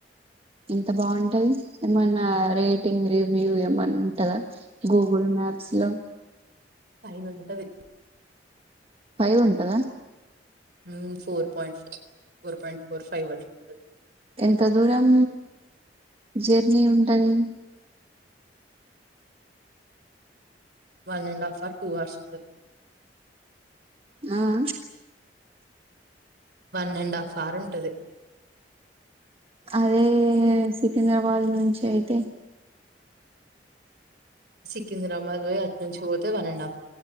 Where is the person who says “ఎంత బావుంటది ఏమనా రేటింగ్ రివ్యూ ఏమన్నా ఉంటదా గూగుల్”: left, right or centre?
Right